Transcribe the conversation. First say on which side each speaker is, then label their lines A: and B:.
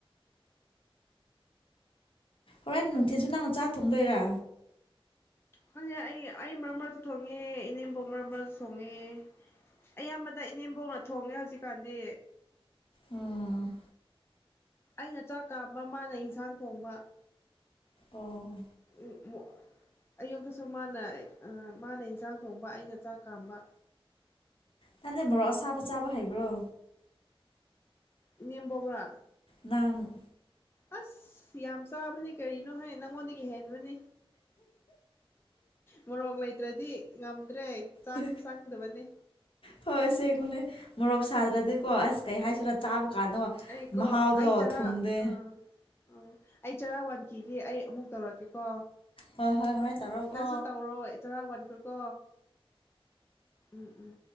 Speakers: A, on the left (about 65°); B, on the left (about 25°).
A: ꯍꯣꯔꯦꯟ ꯅꯨꯡꯊꯤꯟꯜꯁꯨ ꯅꯪꯅ ꯆꯥꯛ ꯊꯣꯡꯗꯣꯏꯔꯥ
B: ꯍꯪꯉꯦ ꯑꯩ ꯑꯩ ꯃꯔꯛ ꯃꯔꯛ ꯊꯣꯡꯉꯦ ꯏꯅꯦꯝꯄꯣꯛ ꯃꯔꯛ ꯃꯔꯛꯁꯨ ꯊꯣꯡꯉꯦ ꯑꯌꯥꯝꯕꯗ ꯏꯅꯦꯝꯕꯣꯛꯅ ꯊꯣꯡꯉꯦ ꯍꯧꯖꯤꯛꯀꯥꯟꯗꯤ
A: ꯑꯣ
B: ꯑꯩꯅ ꯆꯥꯛ ꯀꯥꯝꯕ ꯃꯥꯅ ꯏꯟꯁꯥꯡ ꯊꯣꯡꯕ
A: ꯑꯣ
B: ꯎꯝ ꯑꯌꯨꯛꯇꯁꯨ ꯃꯥꯅ ꯃꯥꯅ ꯏꯟꯁꯥꯡ ꯊꯣꯡꯕ ꯑꯩꯅ ꯆꯥꯛ ꯀꯥꯝꯕ
A: ꯅꯪꯗꯤ ꯃꯣꯔꯣꯛ ꯁꯥꯕ ꯆꯥꯕ ꯍꯩꯕꯔꯣ
B: ꯏꯅꯦꯝꯕꯣꯛꯔ
A: ꯅꯪ
B: ꯑꯁ ꯌꯥꯝ ꯆꯥꯕꯅꯤ ꯀꯔꯤꯅꯣ ꯍꯦ ꯅꯪꯉꯣꯟꯗꯒꯤ ꯍꯦꯟꯕꯅꯤ ꯃꯣꯔꯣꯛ ꯂꯩ ꯇ꯭ꯔꯗꯤ ꯉꯝꯗ꯭ꯔꯦ ꯆꯥꯛꯁꯨ
A: ꯍ
B: ꯆꯪꯗꯕꯅꯦ
A: ꯍ ꯍꯣꯏ ꯑꯁꯦꯡꯕꯅꯦ ꯃꯣꯔꯣꯛ ꯁꯥꯗ꯭ꯔꯗꯤꯀꯣ ꯑꯁ ꯀꯩ ꯍꯥꯏꯁꯤꯔꯥꯥ ꯆꯥꯕ ꯀꯥꯅꯣ
B: ꯑꯩꯀꯣ
A: ꯃꯍꯥꯎꯗꯣ
B: ꯑꯩ ꯆꯔꯥ
A: ꯊꯨꯡꯗꯦ
B: ꯑꯥ ꯎꯝ ꯑꯩ ꯆꯔꯥ ꯋꯥꯟꯈꯤꯒꯦ ꯑꯩ ꯑꯃꯨꯛ ꯇꯧꯔꯛꯀꯦꯀꯣ
A: ꯍꯣꯏ ꯍꯣꯏ ꯍꯣꯔꯦꯟ ꯇꯧꯔꯛꯑꯣꯀꯣ
B: ꯅꯪꯁꯨ ꯇꯧꯔꯣ ꯑꯩ ꯆꯔꯥ ꯋꯥꯟ ꯀꯣ ꯎꯝ ꯎꯝ